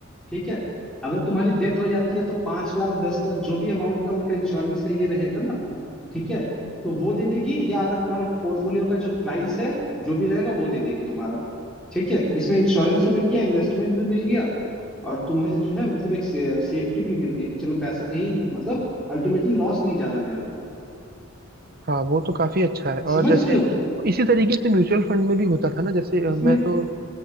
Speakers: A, in the centre; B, on the right.
A: ठीक है अगर तुम्हारी डेथ हो जाती है तो पांच लाख दस लाख जो भी अमाउंट का उनका इंश्योरेंस का ये रहेगा ना ठीक है तो वो दे देगी या अगर तुम्हारा पोर्टफोलियो का जो प्राइस है जो भी रहेगा वो दे देगी तुम्हारा ठीक है इसमें इंश्योरेंस से मिल गया इन्वेस्टमेंट भी मिल गया और तुम्हें जो है मतलब एक सेफ्टी भी मिल गई कि चलो पैसा कहीं मतलब अल्टीमेटली लॉस नहीं जा रहा मेरा
B: हाँ वो तो काफी अच्छा है
A: समझ
B: और जैसे
A: रहे हो
B: तो इसी तरीके से म्यूचुअल फंड में भी होता था ना जैसे अ,
A: इसमें
B: मैं तो